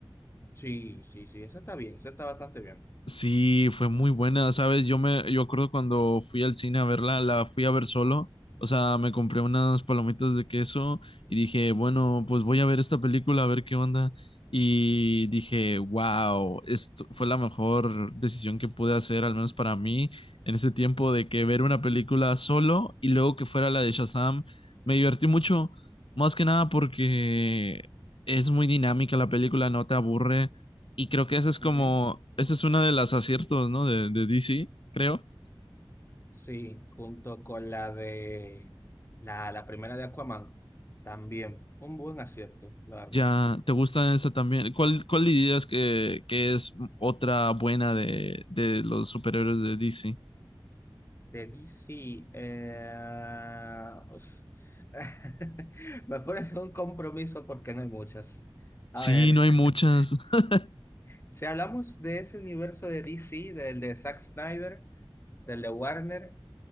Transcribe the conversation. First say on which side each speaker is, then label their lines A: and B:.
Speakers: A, on the left; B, on the left.
A: Sí, sí, sí, eso está bien, eso está bastante bien.
B: Sí, fue muy buena, ¿sabes? Yo me, yo acuerdo cuando fui al cine a verla, la fui a ver solo, o sea, me compré unas palomitas de queso y dije, bueno, pues voy a ver esta película, a ver qué onda. Y dije, wow, esto fue la mejor decisión que pude hacer, al menos para mí, en ese tiempo de que ver una película solo y luego que fuera la de Shazam, me divertí mucho, más que nada porque es muy dinámica la película, no te aburre. Y creo que ese es como,
A: Ujú.
B: ese es uno de los aciertos, ¿no? De, de DC, creo.
A: Sí, junto con la de la, la primera de Aquaman, también un buen acierto, la verdad.
B: Ya, ¿te gusta esa también? ¿Cuál, cuál dirías que, que es otra buena de, de los superhéroes de DC?
A: De DC, eh, uf. <laughs> me pones en un compromiso porque no hay muchas. A
B: Sí,
A: ver,
B: no hay
A: <laughs>
B: muchas. <laughs>
A: si hablamos de ese universo de DC, del de Zack Snyder, del de Warner,